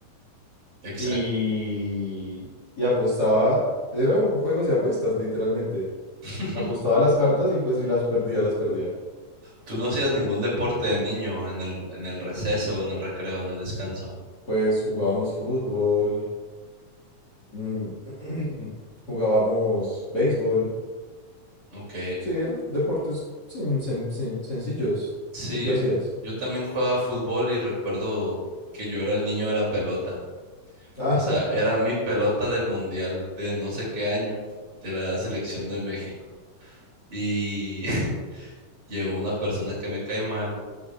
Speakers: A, on the right; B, on the left.
A: exacto.
B: y, y apostaba, eran juegos de apuestas, literalmente.
A: <laughs>
B: Apostaba las cartas y pues si las perdía, las perdía.
A: Tú no hacías ningún deporte de niño en el, en el receso, en el recreo, en el descanso.
B: Pues jugábamos fútbol, mm, <clears throat> jugábamos béisbol,
A: Ok.
B: sí, eran deportes sen- sen- sen- sencillos.
A: Sí,
B: ¿Tú qué hacías?
A: yo yo también jugaba fútbol y recuerdo que yo era el niño de la pelota.
B: Ah,
A: O sea,
B: <laughs>
A: era mi pelota del mundial de no sé qué año, de la selección de México. Y <laughs> llegó una persona que me cae mal